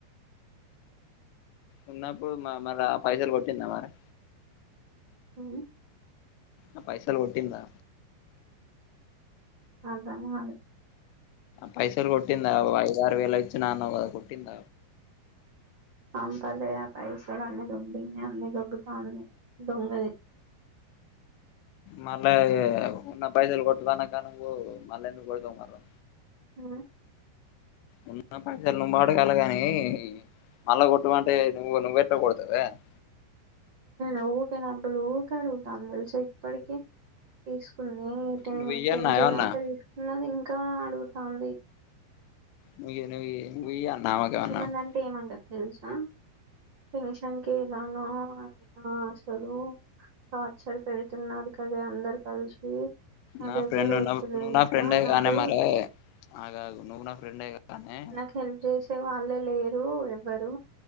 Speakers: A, on the left; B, on the right.
A: ఉన్నప్పుడు మరి ఆ పైసలు కొట్టిందా మరి
B: ఉ
A: ఆ పైసలు కొటిందా
B: అర్థంకాలే
A: పైసలు కొట్టింద ఆరు వేలయితే కొట్టిన అన్నవ్ కదా కొట్టింద
B: పంపలే ఆ పైసలు అన్ని దొబ్బింది అన్ని దొబ్బుతాంది దొంగది
A: మళ్ళ ఇగ ఉన్న పైసలు కొట్టు అనక మళ్ళా ఎందుకు కొడతవ్ మరె
B: ఆ
A: ఉన్న పైసలు నువ్వు అడగాలే కాని మళ్ళా కొట్టమంటే నువ్వు నువ్వెట్ట కొడుతవే మరే
B: అ ఊకె డబ్బులు ఊక అడుగుతాంది తెలుస ఇప్పటికి తీసుకుంది టెన్
A: నువ్వు ఇయ్యి
B: టెన్
A: అన్నా
B: కే
A: ఏమన్నా
B: దాక తీసుకున్నది ఇం ఇంకా అడుగుతాంది
A: నువియ్యి నువ్వు నువ్వు అన్నావా ఆమెకేమన్నా
B: ఏమన్నా అంటే ఏమంటది తెలుసా <unintelligible> లో అయినా అసలు టార్చర్ పెడుతున్నారు కదే అందరు కలిసి నాకెవ్వరు
A: నా ఫ్రెండ్
B: వద్దులే
A: నా నువ్వు నా
B: ఇక
A: ఫ్రెండే
B: నాకు
A: కానే మరే ఆగాగు నువ్వు నా ఫ్రెండే కానీ
B: నాకు హెల్ప్ చేసే వాళ్ళే లే రు ఎవ్వరు